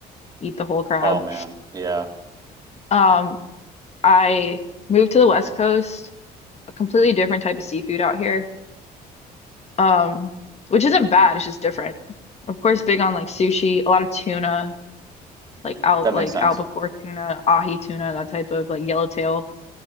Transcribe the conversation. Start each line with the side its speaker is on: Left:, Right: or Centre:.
Left: eat the whole crab.
Right: Oh man. Yeah.
Left: Um, I moved to the West Coast, a completely different type of seafood out here. Um, which isn't bad, it's just different. Of course, big on like sushi, a lot of tuna, like out
Right: That
Left: like
Right: makes sense.
Left: albacore tuna, ahi tuna, that type of like yellowtail.